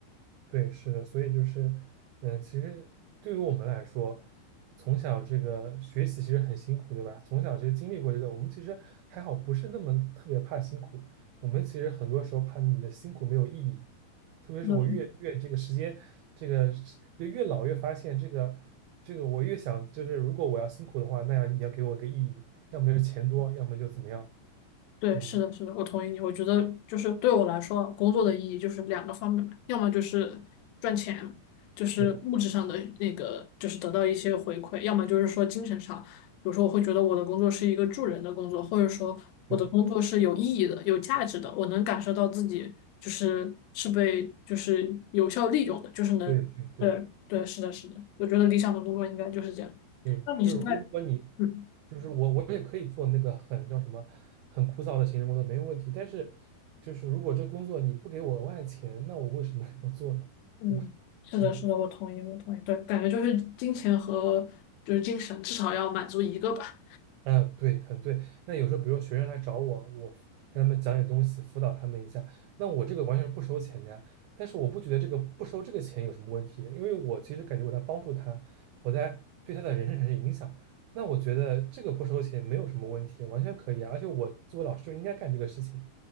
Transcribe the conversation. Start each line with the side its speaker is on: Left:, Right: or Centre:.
Right: 对，是的，所以就是，嗯，其实对于我们来说，从小这个学习其实很辛苦，对吧？从小就经历过这个，我们其实还好，不是那么特别怕辛苦。我们其实很多时候怕你的辛苦没有意义，特别是我越越这个时间，
Left: 嗯
Right: 这个是就越老越发现这个这个，我越想就是，如果我要辛苦的话，那样你要给我个意义，要么就是钱多，要么就怎么样。
Left: 对，
Right: 嗯，
Left: 是的，是的，我同意你。我觉得就是对我来说啊，工作的意义就是两个方面嘛，要么就是赚钱，就是物质上的那个，
Right: 对
Left: 就是得到一些回馈；要么就是说精神上，比如说我会觉得我的工作是一个助人的工作，或者说我的工作是有意义的、
Right: 对
Left: 有价值的，我能感受到自己就是是被就是有效利用的，就是能，
Right: 对对对。
Left: 对对，是的，是的，我觉得理想的工作应该就是这样。
Right: 对，
Left: 那你是在嗯。
Right: 就是如果你，就是我，我也可以做那个很叫什么，很枯燥的行政工作，没有问题。但是，就是如果这工作你不给我额外钱，那我为什么 <laughs> 要做呢？
Left: 嗯，
Right: 对吧？
Left: 是的，
Right: 嗯。
Left: 是的，我同意，我同意。对，感觉就是金钱和就是精神，至少要满足一个吧。
Right: 嗯，对，很对。那有时候，比如说学生来找我，我辅跟他们讲点东西，辅导他们一下，那我这个完全是不收钱的呀。但是我不觉得这个不收这个钱有什么问题，因为我其实感觉我在帮助他，我在对他的人生产生影响。那我觉得这个不收钱没有什么问题，完全可以啊。而且我作为老师就应该干这个事情。